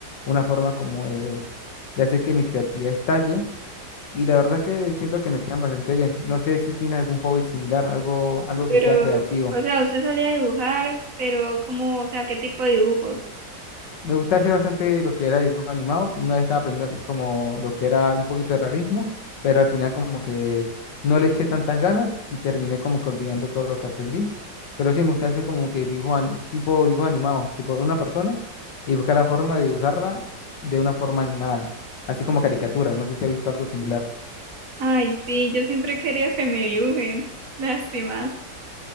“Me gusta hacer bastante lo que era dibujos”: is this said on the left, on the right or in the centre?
Left